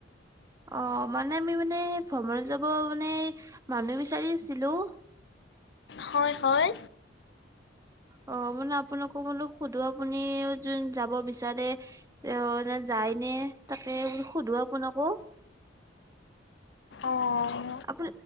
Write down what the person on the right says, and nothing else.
অ', মানে আমি মানে ভ্ৰমণত যাব মানে মানুহ বিচাৰি আছিলোঁ।
অ', মানে আপোনাকো বোলো সোধো আপুনিও যোন যাব বিচাৰে এ যায় নে তাকে সোধো আপোনাকো
আপ